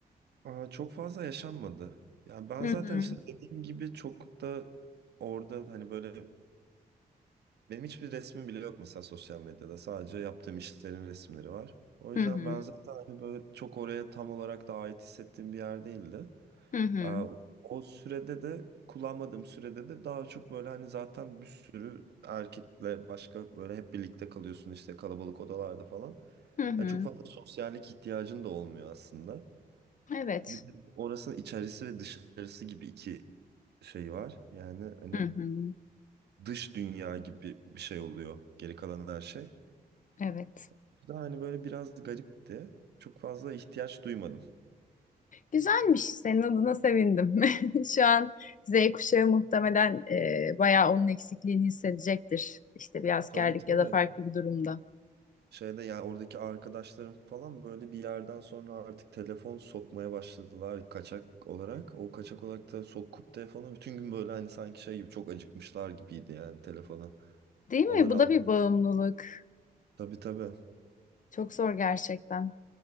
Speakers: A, on the right; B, on the left.
A: aa, çok fazla yaşanmadı. Yani ben
B: Hı
A: zaten
B: hı.
A: işte dediğim gibi çok da orada hani böyle Benim hiçbir resmim bile yok mesela sosyal medyada. Sadece yaptığım işlerin resimleri var. O yüzden
B: Hı hı.
A: ben zaten hani böyle çok oraya tam olarak da ait hissettiğim bir yer değildi.
B: Hı hı.
A: Ee, O sürede de kullanmadığım sürede de daha çok böyle hani zaten bir sürü erkekle başka böyle hep birlikte kalıyorsun işte kalabalık odalarda falan.
B: Hı hı.
A: Hani çok fazla sosyallik ihtiyacın da olmuyor aslında.
B: Evet.
A: Bir de orasının içerisi ve dışarısı gibi iki şey var. Yani hani
B: Hı hı.
A: dış dünya gibi bir şey oluyor geri kalan her şey.
B: Evet.
A: O yüzden hani böyle biraz garipti. Çok fazla ihtiyaç duymadım.
B: Güzelmiş. Senin adına sevindim. <laughs> Şu an Z kuşağı muhtemelen e, bayağı onun eksikliğini hissedecektir. İşte bir askerlik
A: Tabii tabii.
B: ya da farklı bir durumda.
A: Şeyde ya oradaki arkadaşlarım falan böyle bir yerden sonra artık telefon sokmaya başladılar kaçak olarak. O kaçak olarak da sokup telefonu bütün gün böyle hani sanki şey gibi çok acıkmışlar gibiydi yani telefona.
B: Değil
A: Alır
B: mi? Bu
A: al.
B: da bir bağımlılık.
A: Tabii tabii.
B: Çok zor gerçekten.